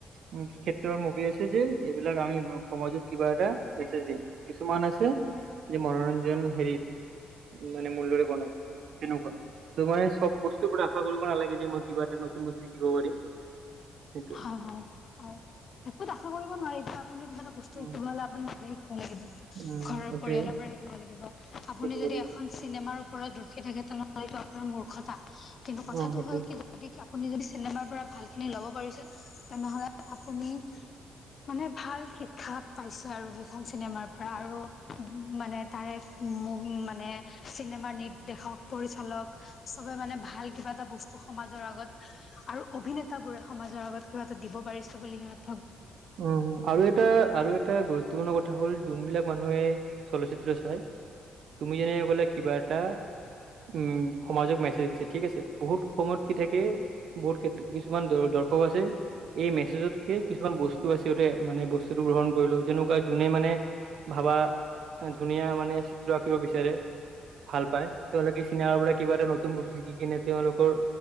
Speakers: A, on the right; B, on the left.
A: উ, ক্ষেত্ৰৰ মুভি আছে। এইবিলাক আমি সমাজত কিবা এটা মেছেজ দিম কিছুমান আছে। যে মনোৰঞ্জন হেৰিত মানে মূল্যৰে বনাই তেনেকুৱা। ত' মানে চব বস্তুৰ আশা কৰিব নালাগে যে মই কিবা এটা নতুন বস্তু শিকিব পাৰিম। সেইটোৱে
B: হয় হয় হয়। একোত আশা কৰিব নোৱাৰি এতিয়া আপুনি কিবা এটা বস্তু
A: উম
B: শিকিব হ'লে আপুনি নিজে শিকিব লাগিব।
A: উম
B: ঘৰৰ
A: সেইটোৱে
B: পৰিয়ালৰ পৰা শিকিব লাগিব। আপুনি
A: শিকিব
B: যদি
A: লাগিব
B: এখন চিনেমাৰ ওপৰত ৰখি থাকে তেনেহলে এইটো আপোনাৰ মূৰ্খতা কিন্তু কথাটো
A: অ সেইটোৱে
B: হ'ল কি যদি আপুনি যদি চিনেমাৰ পৰা ভালখিনি লব পাৰিছে তেনেহ'লে আপুনি মানে ভাল শিক্ষা পাইছে আৰু সেইখন চিনেমাৰ পৰা আৰু মানে তাৰে মানে চিনেমাৰ নিৰ্দেশক, পৰিচালক চবে মানে ভাল কিবা এটা বস্তু সমাজৰ আগত আৰু অভিনেতা বোৰে সমাজৰ আগত কিবা এটা দিব পাৰিছে বুলি সিহঁত
A: উ, আৰু এটা আৰু এটা গুৰুত গুৰুত্বপূৰ্ণ কথা হ'ল যোনবিলাক মানুহে চলচিত্ৰ চাই তুমি যেনে কলা কিবা এটা উম, সমাজক মেছেজ দিছে, ঠিক আছে বহুত সময়ত কি থাকে বহুত কিছুমান দ, দ শক আছে, এই মেছেজ তকে কিছুমান বস্ আছে মানে বস্তুতটো গ্ৰহণ কৰিলো যেনেকুৱা যোনে মানে ভাবা ধুনীয়া মানে চিত্ৰ আঁকিব বিচাৰে ভাল পায় তেওঁলোকে চিনেমাৰ পৰা কিবা এটা নতুন বস্তু শিকি কিনে তেওঁলোকে